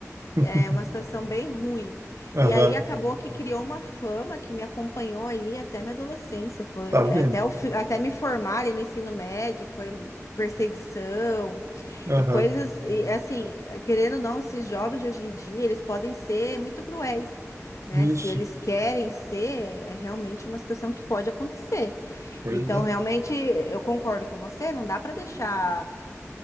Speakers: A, on the right; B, on the left.
A: <laughs>
B: é uma situação bem ruim.
A: Aham.
B: E aí acabou que criou uma fama que me acompanhou aí até minha adolescência. Foi,
A: Tá vendo?
B: é, até, o, fi- até me formar ali no ensino médio, foi perseguição
A: Aham.
B: e coisas. E assim, querendo ou não, esses jovens de hoje em dia, eles podem ser muito cruéis. Né?
A: Isso.
B: Se eles querem ser, é realmente uma situação que pode acontecer.
A: Pois
B: Então,
A: é.
B: realmente, eu concordo com você, não dá para deixar